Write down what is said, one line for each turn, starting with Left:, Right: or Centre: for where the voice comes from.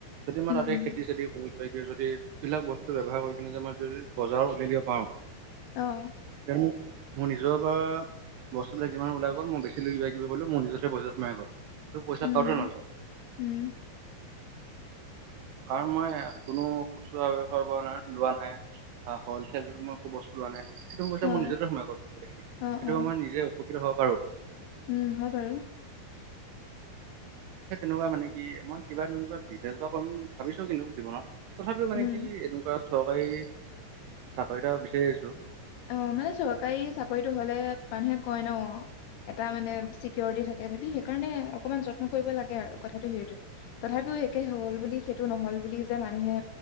Right: যদি মই
Left: উম
Right: তাতে
Left: উম
Right: খেতি চেতি কৰো যদি এইবিলাক বস্তু ব্যৱহাৰ কৰি কিনি যদি মই বজাৰত উলিয়াই দিব পাৰো
Left: অহ
Right: উ মোৰ নিজৰ পৰা বস্তুবিলাক যিমান ওলাই গ'ল মই বেছিলৈ কিবা কিবি কৰিলো মোৰ নিজৰে বজা সোমাই গ'ল সেইটো পইচা
Left: উম
Right: কাৰোতে নাযায়
Left: উম
Right: কাৰণ মই কোনো কুু স খাৰ পৰা নাই লোৱা নাই অ হ'লচেল মই একো বস্তু লোৱা নাই সেইটো কথা
Left: অ
Right: মোৰ নিজতে সোমাই গল সেইটো
Left: অ অ
Right: আমাৰ নিজে উপকৃত হব পাৰো
Left: উম হয় বাৰু
Right: সেই তেনেকুৱা মানে কি মই কিবা তেনেকুৱা বিজনেচ বা কৰিম ভাবিছো কিন্তু জীৱনত তথাপিও মানে
Left: উম
Right: কি এনেকুৱা চৰকাৰী চাকৰিটা বিচাৰি আহিছো
Left: অ মানে চৰকাৰী চাকৰিটো হলে মানুহে কয় ন এটা মানে চিকৰিটি থাকে বুলি সেইকাৰণে অকমান যত্ন কৰিব লাগে আৰু কথাটো সেইটোৱে তথাপিও একে হল বুলি সেইটো নহল বুলি যে মানুহে